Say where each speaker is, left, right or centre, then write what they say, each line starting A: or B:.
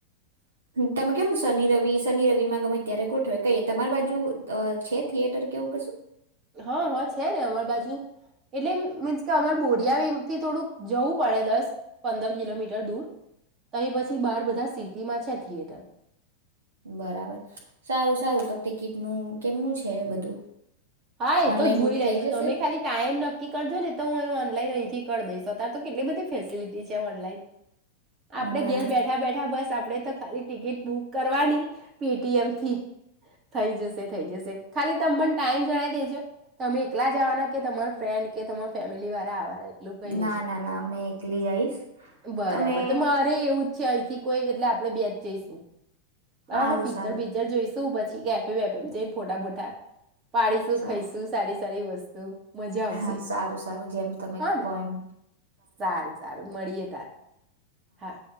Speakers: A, on the right; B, on the right.
A: તમે કેવું ને શનિ રવિ શનિ રવિ માં ગમે ત્યારે ગોઠવે કહી તમારી બાજુ છે થિયેટર કે એવું કશું
B: હા હા છે ને અમાર બાજુ એટલે મીન્સ કે અમાર બોડિયાબીમ થી થોડુંક જવું પડે દસ પંદર કિલોમીટર દૂર તહી પછી બાર બધા સિટીમાં છે થિયેટર
A: બરાબર સારું સારું તો ટિકિટનું કેમનું છે એ બધું
B: હા એ
A: ઓનલાઈન
B: તો જોઈ
A: બુક
B: લેશ
A: થઈ જશે
B: તમે ખાલી ટાઈમ નક્કી કરજો ને તો હું ઓનલાઈન અહીંથી કર દઈશ અ તાર તો કેટલી બધી ફેસિલિટી છે ઓનલાઈન આપડે
A: બરાબર
B: ઘેર બેઠા બેઠા બસ આપડે તો ખાલી ટિકિટ બુક કરવાની પેટીએમથી થઈ જશે થઈ જશે ખાલી તમ મને ટાઈમ જણાય દેજો તમે એકલા જવાના કે તમાર ફ્રેન્ડ કે તમાર ફેમિલી વાડા એટું ક દેજો
A: ના ના ના મેં એકલી જઈશ
B: બરાબર
A: તમે
B: તો મારે એવું જ છે અહીંથી કોઈ એટ આપણે બેજ જઇસું બરાબર
A: સારું
B: પીકચર
A: સારું
B: બીકચર જોઈશું શું પછી કેફે વેફેમ જઈને ફોટા બોટા પાળીસુખ
A: સા
B: ખઈશું સારી સારી વસ્તુ મજા આવશે
A: હા સારું સારું જેમ તમે
B: હા
A: કહો
B: ને
A: એમ
B: સારું સારું મળીએ તારે હા